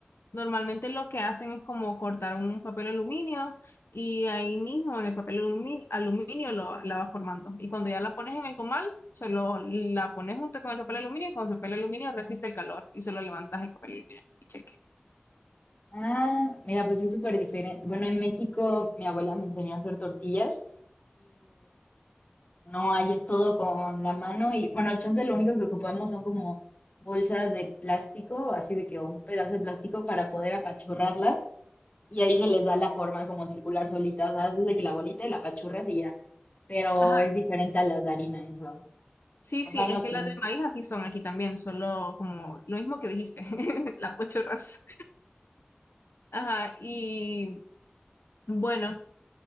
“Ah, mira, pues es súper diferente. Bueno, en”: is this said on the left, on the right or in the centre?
Left